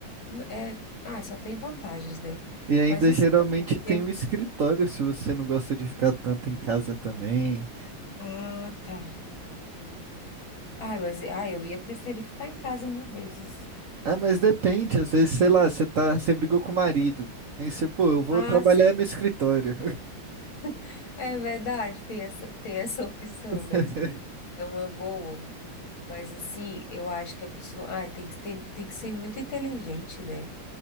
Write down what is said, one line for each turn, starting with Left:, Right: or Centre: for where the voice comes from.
Left: n- é, ah, só tem vantagens, né?
Right: E ainda
Left: Mas assim,
Right: geralmente
Left: tem que
Right: tem
Left: ter-
Right: um escritório se você não gosta de ficar tanto em casa também.
Left: ah, tá. Ah, mas ah, eu ia preferir ficar em casa mil vezes.
Right: Ah, mas depende, às vezes, sei lá, você tá, você brigou com o marido. Aí você, pô, eu vou
Left: Ah,
Right: trabalhar
Left: sim.
Right: no escritório.
Left: <laughs> é verdade, tem essa, tem essa opção,
Right: <laughs>
Left: né? é uma boa. Mas assim, eu acho que a pessoa, ai, tem que ter, tem que ser muito inteligente, né?